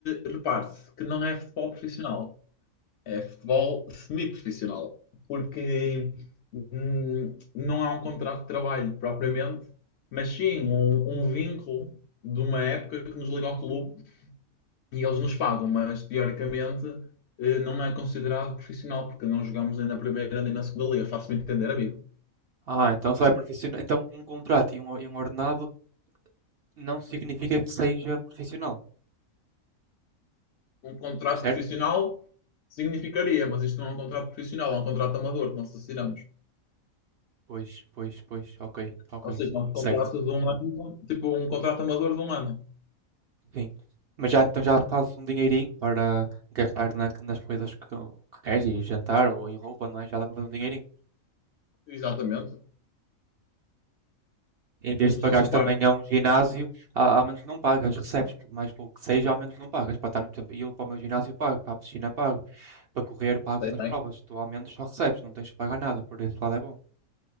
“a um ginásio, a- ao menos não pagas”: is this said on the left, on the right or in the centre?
Right